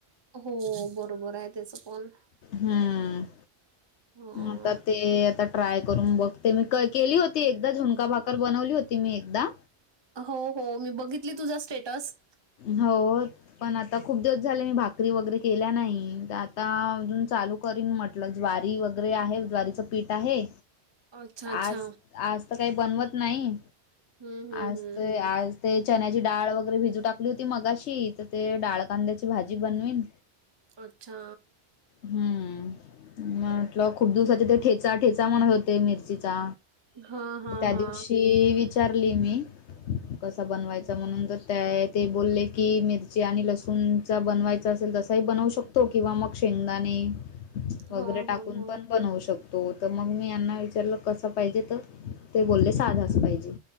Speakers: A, on the right; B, on the left.
A: हो, बरोबर आहे त्याच पण
B: हम्म.
A: ह
B: आता ते आता ट्राय करून बघते, मी केली होती एकदा झूणका भाकर बनवली होती. ती मी एकदा
A: हो हो, मी बघितली तुझा स्टेटस.
B: हो पण आता खूप दिवस झाले, मी भाकरी वगैरे केल्या नाही, आता अजून चालू करीन म्हटलं, ज्वारी वगैरे आहे, ज्वारीचं पीठ आहे.
A: <inaudible> अच्छा
B: आज आज तर काही बनवत नाही,
A: हम्म हम्म
B: आज
A: हम्म
B: तर आज ते चण्याची डाळ वगैरे भिजू टाकली होती मगाशी, तर ते डाळ कांद्याची भाजी बनवीन.
A: अच्छा!
B: हम्म! म्हटलं खूप दिवसाचे ते ठेचा, ठेचा म्हणत होते मिरचीचा.
A: हा हा
B: त्या
A: हा
B: दिवशी विचारली मी, कस बनवायचा म्हणून तर त्या ते बोलले की, मिरची आणि लसूणचा बनवायचा असेल तसाही बनवू शकतो, किंवा मग शेंगदाणे वगैरे
A: हो
B: टाकून
A: हो हो
B: पण बनवू शकतो. तो, तर मग मी यांना विचारलं कसा पाहिजे तर, ते बोलले साधाच पाहिजे.